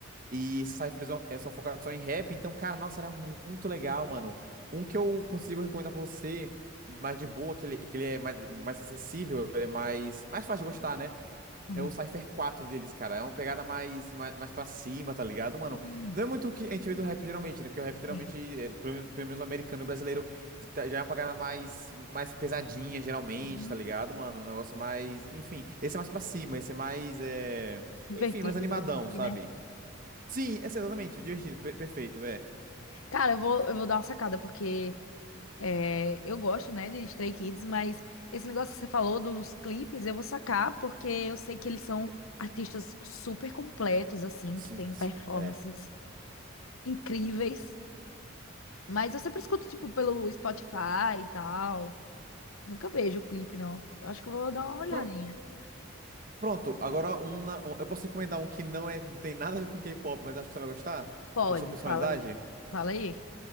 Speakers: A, on the right; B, on the left.
A: E Cyphers são, é, são focados só em rap, então, cara, nossa, era mu- muito legal, mano. Um que eu consigo recomendar pra você, mais de boa, que ele, que ele é mais, mais acessível, ele é mais, mais fácil de gostar, né?
B: aham.
A: É o Cypher 4 deles, cara. É uma pegada mais, mais, mais pra cima, tá ligado, mano?
B: Hum,
A: Não é muito o que a gente vê do rap geralmente, né? Porque o rap geralmente,
B: sim.
A: é, pelo menos, pelo menos o americano e o brasileiro, de- tá- já é uma pegada mais, mais pesadinha, geralmente,
B: Uhum.
A: tá ligado, mano? Um negócio mais. Enfim, esse é mais pra cima, esse é mais. É...
B: Divertido,
A: Enfim, mais animadão,
B: digamos assim,
A: sabe?
B: né?
A: Sim, esse é assim, exatamente, divertido, per- perfeito, é.
B: Cara, eu vou, eu vou dar uma sacada, porque é, eu gosto, né, de Stray Kids, mas esse negócio que você falou dos clipes, eu vou sacar, porque eu sei que eles são artistas super completos, assim,
A: Sim,
B: que têm
A: sim,
B: performances
A: é.
B: incríveis. Mas eu sempre escuto, tipo, pelo Spotify e tal. Nunca vejo o clipe, não. Eu acho que eu vou dar uma olhadinha.
A: Pro- pronto, agora um, na- um- Eu posso recomendar um que não, é, não tem nada a ver com K-pop, mas acho que você vai gostar?
B: Pode,
A: É Por sua personalidade?
B: fala aí. Fala aí.